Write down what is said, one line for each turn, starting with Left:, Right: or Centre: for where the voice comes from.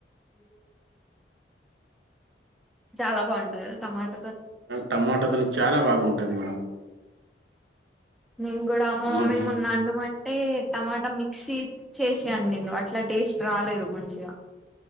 Centre: <inaudible> చాలా బాగుంటది కదా టమాట
Right: టమాటాతోని చాలా బాగుంటది మేడం
Centre: నేను కూడా మా
Right: ఉమ్,
Centre: మమ్మీని
Right: ఉమ్.
Centre: మొన్న అండు మని అంటే టమాటా మిక్సీ చేసి అండిన్లు అట్లా టేస్ట్ రాలేదు మంచిగా